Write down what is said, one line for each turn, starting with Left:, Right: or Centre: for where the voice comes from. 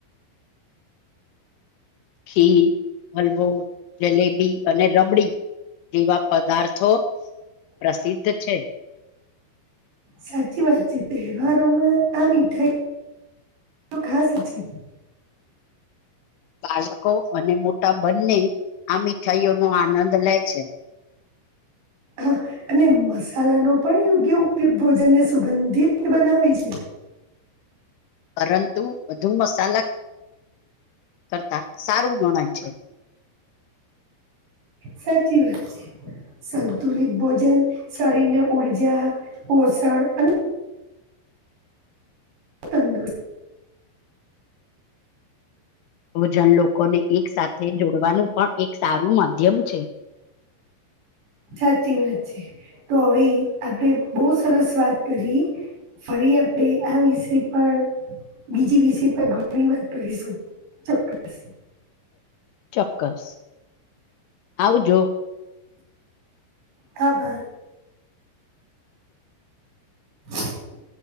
Left: <inaudible> <inaudible> ખીર હલવો જલેબી અને રબડી એવા પદાર્થો પ્રસિદ્ધ છે.
Right: સાચી વાતચીત તવહારો મા આ મીઠાઈ તો ખાસ છે
Left: બાળકો અને મોટા બંને આ મીઠાઈઓનો આનંદ લે છે
Right: હા અને મસાલાનો પણ યોગ્ય ઉપયોગ ભોજનને સુગંધિત રીતે બનાવી છે
Left: પરંતુ વધુ મસાલા કરતા સારું ગણાય છે
Right: સાચી વાત છે સંતુલિત ભોજન શરીરને ઉર્જા પોષણ અને તંદુર
Left: હ જણ લોકોને એક સાથે જોડવાનું પણ એક સારું માધ્યમ છે <inaudible> <inaudible>
Right: સાચી વાત છે તો હવે આપણે બહુ સરસ વાત કરી ફરી એ આપણેે આ વિશે પણ બીજી વિષય પર ઘણી વાત કરીશું ચોક્કસ
Left: ચોક્કસ આવજો
Right: ખબર <unintelligible> <unintelligible>